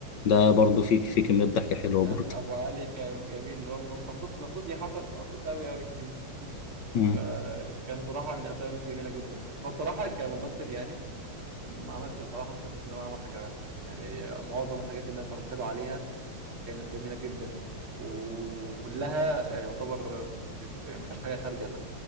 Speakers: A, on the left; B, on the right.
A: ده برضه في في كمية ضحك حلوة
B: كان
A: برضه
B: ابو علي كان جميل اللي هو م- مبسوط مبسوط يا حسن مبسوط قوي قوي <laughs>
A: مم.
B: فكان صراحه من الافلام الجميله جدا برضه فبصراحه كممثل يعني ما عملش بصراحه ما شفتش ان هو عمل حاجه وحشه يعني معظم الحاجات اللي انا اتفرجت له عليها كانت جميله جدا وكلها آه، يعتبر مش ما فيهاش حاجه خارجه